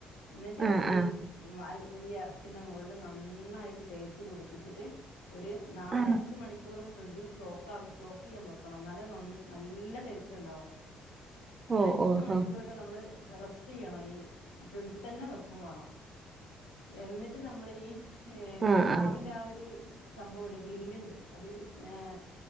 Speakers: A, on the left; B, on the right.
A: ന്നിട്ട്
B: ആഹ്.
A: ഈ
B: ആഹ്.
A: ഉം അൽ ഈ എറച്ചിന്റെ മോളില് നന്നായിട്ട് തേച്ചു പുടിപ്പിച്ചിട്ട് ഒര് നാലഞ്ച്
B: ആഹ്.
A: മണിക്കൂറൊക്കെ ഫ്രിഡ്ജില് സ്റ്റോക്ക് ആ സ്റ്റോക്കിയ്യാൻ വെക്കണം ന്നാലെ നന്ന നല്ല ടേസ്റ്റ് ഉണ്ടാവും. ഒരഞ്ച്
B: ഓ ഓഹോ!
A: മണിക്കൂറൊക്കെ നമ്മള് റസ് റ്റിയ്യണം ഈ ഫ്രിഡ്ജിതന്നെ വെക്കും വാണം എന്നിട്ട് നമ്മള് ഈ ഏഹ്
B: ആ,
A: അൽഫാമിന്റെ
B: ആ.
A: ആഹ് ഒരു സംഭവണ്ട് ഗ്രില്ല്ണ്ട് അത് ഏഹ്